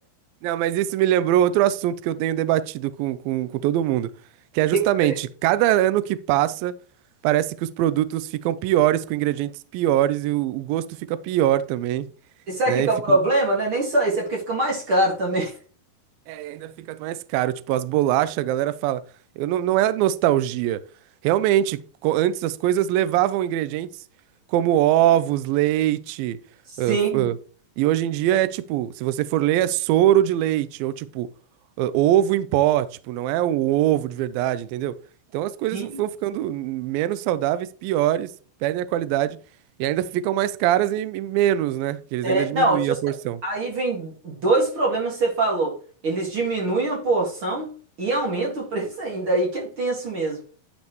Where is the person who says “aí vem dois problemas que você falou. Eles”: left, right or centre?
Right